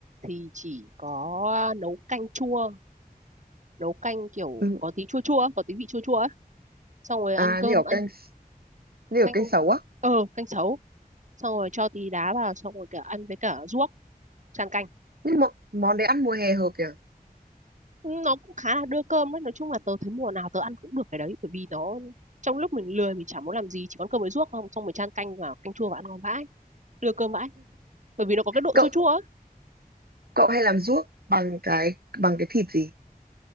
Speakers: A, on the right (about 50°); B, on the right (about 80°).
A: thì chỉ có nấu canh chua nấu canh kiểu
B: ừ.
A: có tí chua chua có tí vị chua chua ấy xong rồi
B: à
A: ăn cơm
B: như kiểu
A: ăn
B: canh như
A: canh
B: ở canh sấu á
A: ờ canh sấu xong rồi cho tí đá vào xong rồi cả ăn với cả ruốc tràn canh
B: nhưng mà món đấy ăn mùa hè hợp nhỉ
A: nó cũng khá là đưa cơm đấy nói chung là tớ thấy mùa nào tớ ăn cũng được cái đấy bởi vì nó trong lúc mình lười mình chẳng muốn làm gì chỉ có ăn cơm với ruốc không xong mình chan canh vào canh chua và ăn ngon vãi đưa cơm vãi bởi vì nó có cái độ
B: cậu
A: chua chua ấy
B: cậu hay làm ruốc bằng cái bằng cái thịt gì